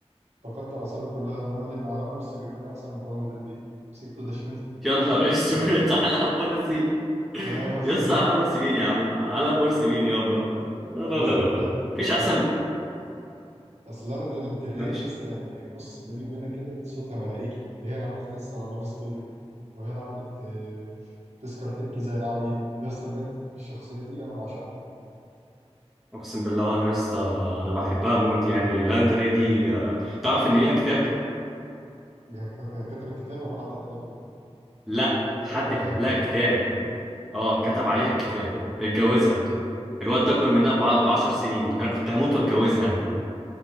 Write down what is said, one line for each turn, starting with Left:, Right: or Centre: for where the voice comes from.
Right: فقدت اعصابي كلها لما قال لي ان علاء مرسي بيغني احسن من لانا دري مسكته دشملته
Centre: <laughs> يا نهار اسود <laughs> علاء مرسي
Right: اه يا <laughs>
Centre: يس علاء مرسي مين يا عم علاء مرسي مين يابا لا لا
Right: يا
Centre: لا
Right: اسطى
Centre: لا
Right: ما بجد
Centre: لا.
Right: اصل
Centre: مفيش احسن
Right: اصل انا دل- دري
Centre: مفيش
Right: دي يسطا يعني بص بيني وبينك كده صوتها ملائكي دي هي اللي عملت يسطا لاف ستوري وهي اللي عملت آه، تذكر تبكي زي العيل يسطا بجد الشخصية دي انا بعشقها
Centre: اقسم بالله وانا يا اسطى انا بحبها موت يعني لاندري دي آه، تعرف ان ليها كتاب
Right: ليها كتاب هي كتبت الكتاب ولا حد كتبه
Centre: لا
Right: ولا حد
Centre: حد
Right: كتب عليها
Centre: كتب
Right: كتاب
Centre: لها كتاب اه كتب عليها الكتاب اتجوزها الواد ده اكبر منها ب 10 سنين انا كنت هموت واتجوزها انا